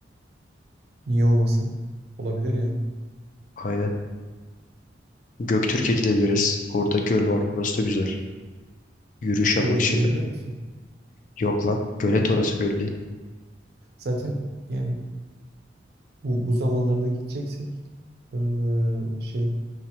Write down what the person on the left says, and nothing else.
Aynen. Göktürk'e gidebiliriz. Orada göl var. Orası da güzel. Yürüyüş
yapmak için de.
Yok lan. Gölet orası göl değil.